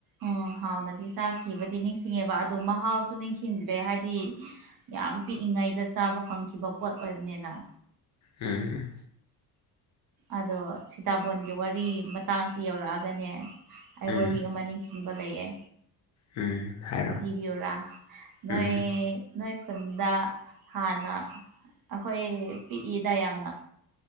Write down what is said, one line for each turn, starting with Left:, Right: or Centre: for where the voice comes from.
Right: ꯎꯝ ꯍꯥꯎꯅꯗꯤ ꯆꯥꯈꯤꯕꯗꯤ ꯅꯤꯡꯁꯤꯡꯉꯦꯕ ꯑꯗꯣ ꯃꯍꯥꯎꯁꯨ ꯅꯤꯡꯁꯤꯡꯗ꯭ꯔꯦ ꯍꯥꯏꯗꯤ ꯌꯥꯝ ꯄꯤꯛꯏꯉꯩꯗ ꯆꯥꯕ ꯐꯪꯈꯤꯕ ꯄꯣꯠ ꯑꯣꯏꯕꯅꯤꯅ
Left: ꯎꯝ
Right: ꯑꯗꯣ ꯁꯤꯇꯥꯕꯣꯟꯒꯤ ꯋꯥꯔꯤ ꯃꯇꯥꯡꯁꯤ ꯌꯧꯔꯛꯑꯥꯒꯅꯦ ꯑꯩ
Left: ꯎꯝ
Right: ꯋꯥꯔꯤ ꯑꯃ ꯅꯤꯡ ꯁꯤꯡꯕ ꯂꯩꯌꯦ
Left: ꯎꯝ ꯍꯥꯏꯔꯣ
Right: ꯂꯤꯕꯤꯌꯨꯔꯥ ꯅꯣꯏ
Left: ꯎꯝ
Right: ꯅꯣꯏ ꯈꯨꯟꯗ ꯍꯥꯟꯅ ꯑꯈꯣꯏ ꯄꯤꯛꯏꯗ ꯌꯥꯝꯅ